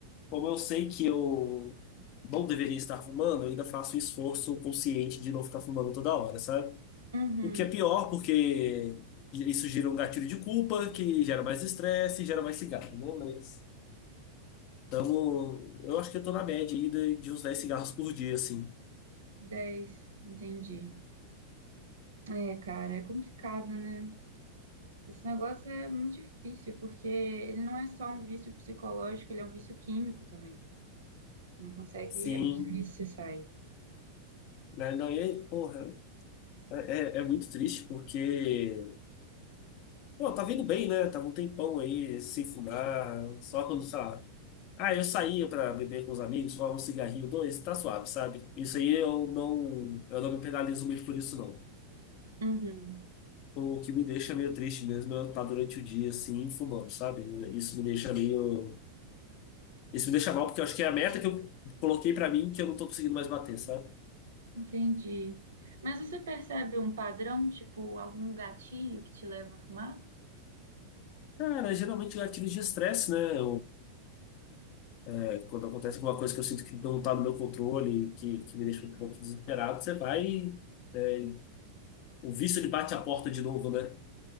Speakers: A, on the left; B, on the right.
A: Como eu sei que eu não deveria estar fumando, eu ainda faço o esforço consciente de não ficar fumando toda hora, sabe?
B: Uhum,
A: O que é pior, porque isso gera um gatilho de culpa, que gera mais estresse, gera mais cigarro, né? Mas, então, eu acho que eu tô na média aí de, de uns 10 cigarros por dia, assim.
B: Dez. entendi. É, cara, é complicado, né? Esse negócio é muito difícil, porque ele não é só um vício psicológico, ele é um vício químico também. Não consegue,
A: Sim,
B: é muito difícil sair.
A: né? Não, e aí, porra. É, é é muito triste porque, pô, tá vindo bem, né? Tava um tempão aí sem fumar, só quando, sei lá. Ah, eu saía pra beber com os amigos, fumava um cigarrinho, dois, tá suave, sabe? Isso aí eu não, eu não me penalizo muito por isso, não.
B: Uhum.
A: O que me deixa meio triste mesmo é eu estar durante o dia assim, fumando, sabe? Isso me deixa meio. Isso me deixa mal porque eu acho que é a meta que eu coloquei pra mim que eu não tô conseguindo mais bater, sabe?
B: Entendi. Mas você percebe um padrão, tipo algum gatilho que te leva a fumar?
A: Cara, geralmente gatilhos de estresse, né? É, Quando acontece alguma coisa que eu sinto que não está no meu controle, que, que me deixa um pouco desesperado, você vai. e, é, o vício ele bate a porta de novo, né?